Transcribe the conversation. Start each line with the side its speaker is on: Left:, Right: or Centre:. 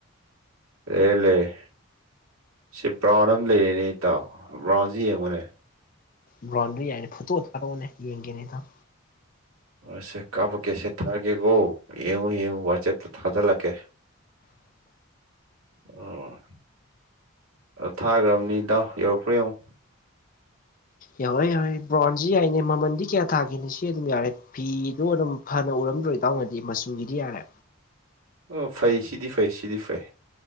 Right: ꯑꯦ ꯂꯩꯔꯦ ꯁꯤ ꯕ꯭ꯔꯥꯎꯟ ꯑꯃ ꯂꯩꯔꯦꯅꯦ ꯏꯇꯥꯎ ꯕ꯭ꯔꯥꯎꯟꯁꯤ ꯌꯦꯡꯉꯨꯅꯦ
Left: ꯕ꯭ꯔꯥꯎꯟꯗ꯭ꯔꯤ ꯌꯥꯏꯅꯤ ꯐꯨꯠꯇꯣ ꯊꯥꯔꯚꯎꯅꯦ ꯌꯦꯡꯒꯦꯅꯦ ꯏꯇꯥꯎ
Right: ꯑꯁꯦ ꯀꯥꯞꯄꯀꯦ ꯁꯦ ꯊꯥꯔꯛꯀꯦꯀꯣ ꯌꯦꯡꯉꯨ ꯌꯦꯡꯉꯨ ꯋꯥꯆꯦꯞꯇ ꯊꯥꯖꯜꯂꯛꯀꯦ <unintelligible> ꯑꯥ ꯊꯥꯈ꯭ꯔꯕꯅꯤ ꯏꯇꯥꯎ ꯌꯧꯔꯛꯄ꯭ꯔꯥ ꯌꯦꯡꯉꯨ
Left: ꯌꯥꯎꯋꯦ ꯌꯥꯎꯋꯦ ꯕ꯭ꯔꯥꯎꯟꯁꯤ ꯌꯥꯏꯅꯦ ꯃꯃꯜꯗꯤ ꯀꯌꯥ ꯊꯥꯈꯦꯅꯦ ꯁꯤ ꯑꯗꯨꯝ ꯌꯥꯔꯦ ꯐꯤ ꯑꯗꯨ ꯑꯗꯨꯝ ꯐꯅ ꯎꯔꯝꯗ꯭ꯔꯣ ꯏꯇꯥꯎꯅꯗꯤ ꯃꯆꯨꯒꯤꯗꯤ ꯌꯥꯔꯦ
Right: ꯑꯣ ꯐꯩ ꯁꯤꯗꯤ ꯐꯩ ꯁꯤꯗꯤ ꯐꯩ